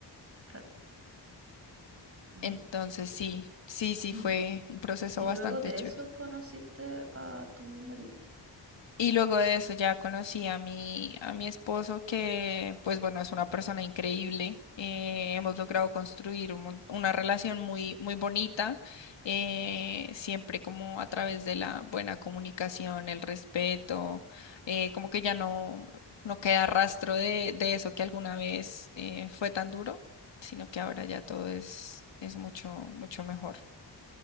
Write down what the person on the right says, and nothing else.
Claro. Mm,
ok.
Y,
y
luego de
eso conociste a tu marido.